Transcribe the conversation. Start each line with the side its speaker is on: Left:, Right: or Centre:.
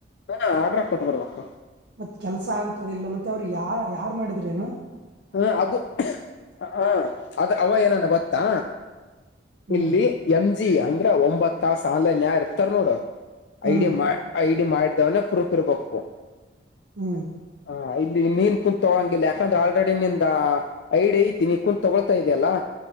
Left: ಹಾ ಆರ್ಡ್ರ ಕೊಟ್ಟ ಬರ್ಬೇಕು
Right: ಮತ್ ಕೆಲ್ಸ ಆಗ್ತದ ಇಲ್ಲ ಮತ್ತೆ ಅವ್ರರು ಯಾ ಯಾರ್ ಮಾಡಿದ್ರ ಏನ
Left: ಹಾ ಅದು ಹ ಅದು ಅವ ಏನಾನ ಗೊತ್ತಾ
Right: ಹ್ಮ್
Left: ಇಲ್ಲಿ ಎಮ ಅಂದ್ರೆ ಒಂಬತ್ ತ ಆನ್ನ್ ಯಾರ ಇರ್ತಾರ ನೋಡು
Right: ಹ್ಮ್
Left: ಐ ಮಾಡಿದವನ ಪ್ರೂಫ ಇರ್ಬೇಕು
Right: ಹ್ಮ್
Left: ಹ ಇಲ್ಲಿ ಮೀನ್ ಕುತ್ ತೊಗಳಂಗಿಲ್ಲ ಯಾಕಂದ್ರೆ ಆ ಡಿನಿಂದ ಐಡಿ ಐತೀನಿ ಕುಂತತ್ ತಗೊಳ್ತಾ ಇದೆಯಲ್ಲಾ